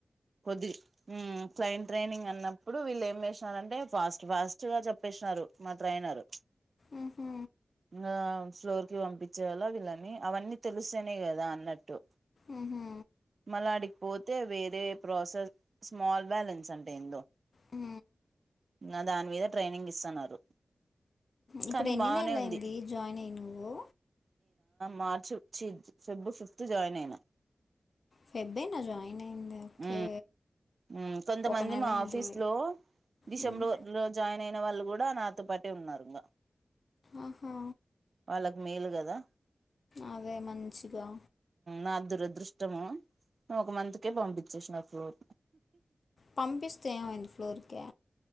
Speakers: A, on the right (about 65°); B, on the left (about 75°).
A: కొద్దిగా హు క్లయింట్ ట్రైనింగ్ అన్నప్పుడు వీళ్ళు ఏం చేసినారంటే ఫాస్ట్ ఫాస్ట్ గా చెప్పేసినారు మాత్యినారు
B: ఉహు
A: హా స్టోర్ కి పంపించేవాళ్ళ వీళ్ళని అవన్నీ తెలుస్తేనే కదా అన్నట్టు
B: ఊహు.
A: మలాడి పోతే వేరే ప్రోసెస్ స్మల్ బ్యాలెస్ అంటే ఏందు
B: ఊ
A: నా దాని మీద ట్రైనింగ్ ఇస్తున్నారు
B: ఇప్పుడు
A: కానీ
B: ఎన్ని
A: బాగానే
B: నెల అయింది
A: ఉంది
B: జాయిన్ అయి నువ్వు
A: మార్చి చీ ఫిబ్ ఫిఫ్త్ జాయిన్ అయిన
B: ఫెబ్బేనా జాయిన్ అయింది ఓకే
A: ఉ ఉ కొంతమంది
B: ఒక నెల
A: మా
B: అయింది
A: ఆఫీస్ లో డిసెంబర్
B: మ్,
A: లో జాయిన్ అయి న్న వాళ్ళు కూడా నాతోపాటే ఉన్నారు ఇంగ
B: ఆహా
A: వాళ్ళకి మేలు కదా
B: అదే మంచిగా
A: నా దురదృష్టము ఒక మంత్కే పంపించేసిన ప్లోర్
B: పంపిస్తే ఏమైంది ఫ్లోరుకి